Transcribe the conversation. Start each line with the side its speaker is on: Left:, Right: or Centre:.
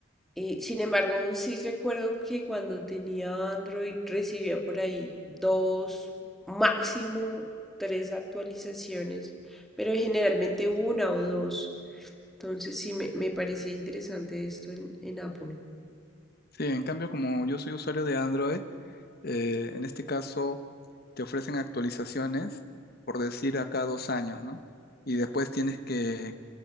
Centre: Eh, sin embargo, sí recuerdo que cuando tenía Android recibía por ahí dos, máximo tres actualizaciones, pero generalmente una o dos. Entonces sí me, me parecía interesante esto en, en Apple.
Left: Sí, en cambio, como yo soy usuario de Android, Eh, en este caso, te ofrecen actualizaciones, por decir, a cada dos años, ¿no? Y después tienes que,